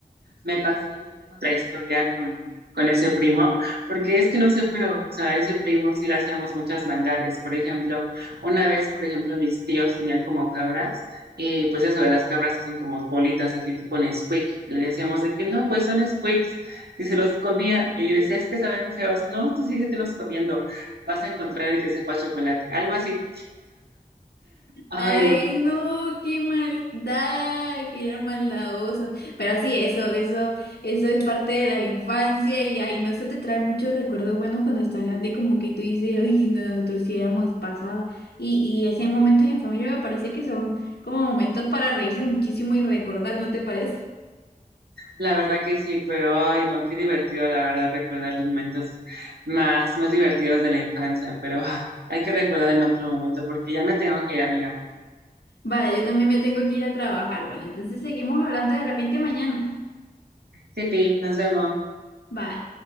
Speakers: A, on the right; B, on the left.
A: me pasó igual, tengo otra historia con, con ese primo, porque es que no sé, pero, o sea, ese primo sí le hacíamos muchas maldades. Por ejemplo, una vez, por ejemplo, mis tíos tenían como cabras, y pues ya sabes, las cabras hacen como bolitas así tipo Nesquik, y le decíamos de que no, pues son Nesquiks, y se los comía, y decía, es que saben feos, no, tú síguete comiendo, vas a encontrar el que sepa chocolate, algo así. Ay,
B: Ay,
A: no,
B: no, qué maldad, que eran maldadosos. Pero sí, eso, eso, eso es parte de la infancia y ay, no, eso te trae muchos recuerdos buenos cuando estás grande y como que tú dices, ay, nosotros sí éramos pasados. Y, y así hay momentos en familia me parece que son como momentos para reírse muchísimo y recordar, ¿no te parece?
A: La verdad que sí, pero ay, no, qué divertido, la verdad, recordar los momentos más, más divertidos de la infancia, pero ah, hay que recordar en otro momento porque ya me tengo que ir, amiga.
B: Vale, yo también me tengo que ir a trabajar. Bueno, entonces seguimos hablando de repente mañana.
A: Sipi, nos vemos.
B: Bye.